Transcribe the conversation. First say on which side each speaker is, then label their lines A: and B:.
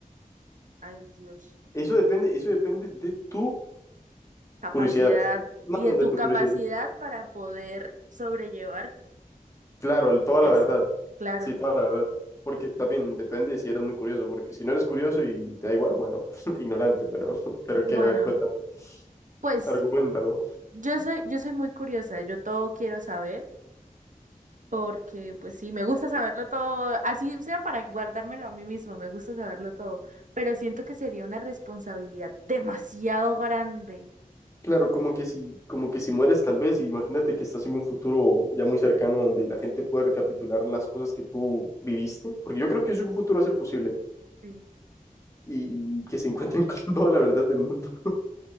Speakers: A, on the right (about 60°); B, on the left (about 20°).
A: Ay, Dios.
B: Eso depende, eso depende de tu
A: Capacidad
B: curiosidad. No,
A: y
B: no,
A: de tu
B: de tu
A: capacidad
B: curiosidad.
A: para poder sobrellevar
B: Claro, el- toda
A: eso,
B: la verdad.
A: claro.
B: Sí, toda la verdad. Porque también depende de si eres muy curioso, porque si no eres curioso y te da igual, bueno, <laughs> ignorante, pero, pero
A: Bueno,
B: qué, a ver, cuéntame,
A: pues
B: argumentalo.
A: yo soy, yo soy muy curiosa, yo todo quiero saber, porque pues sí, me gusta saberlo todo, así sea para guardármelo a mí mismo, me gusta saberlo todo, pero siento que sería una responsabilidad demasiado grande.
B: Claro, como que si, como que si mueres tal vez, imagínate que estás en un futuro ya muy cercano donde la gente pueda recapitular las cosas que tú viviste, porque yo creo que eso en un futuro va a ser posible
A: Sí.
B: y que se encuentren con <laughs> toda la verdad del mundo,